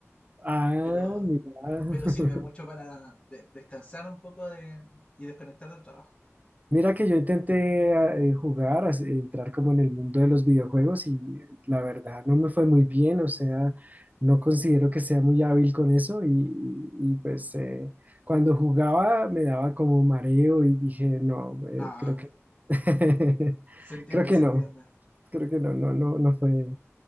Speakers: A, on the right (about 30°); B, on the left (about 20°).
A: Ah,
B: Pero,
A: mira. <laughs>
B: pero sirve mucho para de- descansar un poco de, y desconectar del trabajo.
A: Mira que yo intenté ah, eh, jugar, as- entrar como en el mundo de los videojuegos y la verdad no me fue muy bien, o sea, no considero que sea muy hábil con eso y, y- y, pues eh, cuando jugaba me daba como mareo y dije, no, eh,
B: Ah,
A: creo que, <laughs>
B: se entiende,
A: creo que
B: se
A: no,
B: entiende.
A: creo que no, no, no, no fue